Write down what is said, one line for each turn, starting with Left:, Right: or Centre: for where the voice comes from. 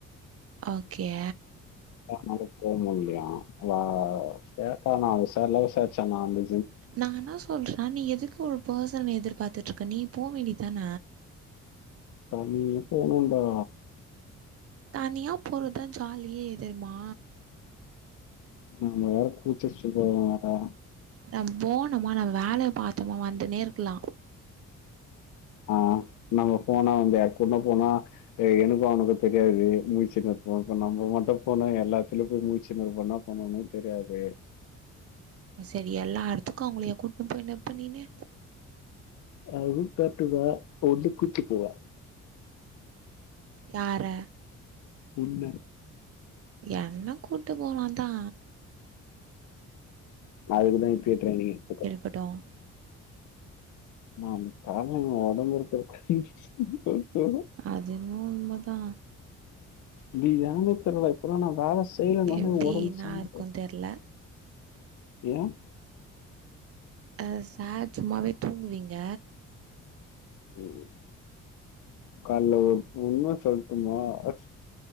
Right: ஓகே
Left: அதனால போமுடிலயா இல்லையா கேட்டா நா அவங்க சர்ல விசார்ச்சே நா வந்து
Right: நானா சொல்றா நீ எதுக்கு ஒரு பர்சன எதிர்பாத்துட்ருக்க நீ போ வேண்டிதான
Left: தண்ணி ஊத்தணுண்டா
Right: தனியா போறதுதா‌ ஜாலியே தெரிமா
Left: நாம வேற கூச்ச சூபாவோ வேற
Right: நம்ம போனமா நம்ம வேலைய பாத்தமா வந்துன்னே இருக்கலா
Left: ஆ நம்ம பேனா வந்து சின்ன பேனா ஏ எனக்கு அவனுக்கு தெரியாது முழிச்சின்னு இருப்போ இப்ப நம்ம மட்டு போனா எல்லாத்திலயு பொய் முழிச்சின்னு இருபோ என்ன பண்ணனு தெரியாது
Right: செரி எல்லா எடத்துக்கு அவுங்களயா கூட்டின்னு பொய்ன்னு இருப்ப நீனு
Left: அதுவு கரெக்ட் தா வந்து கூட்டு போவா
Right: யார
Left: உன்ன
Right: என்ன கூட்டு போலாந்தா
Left: நா எதுனா இத்து கட்ர நீ கத்துக்கோ
Right: பட்டாவு
Left: யம்மா நீ கெளம்பும்மா ஒடஞ்சிருக்கு என்னது
Right: அது என்னவோ உண்ம தா
Left: இது ஏன்னே தெர்ல இப்பல்லா நா வேல செய்யலனாலே
Right: எப்டின்னா
Left: ஒடம்பு செமையா
Right: இருக்குன்னு தெர்ல
Left: ஏ
Right: அ சார் சும்மாவே தூங்குவீங்க
Left: ம் கால்ல ஒரு உண்ம சொல்ட்டுமா அச்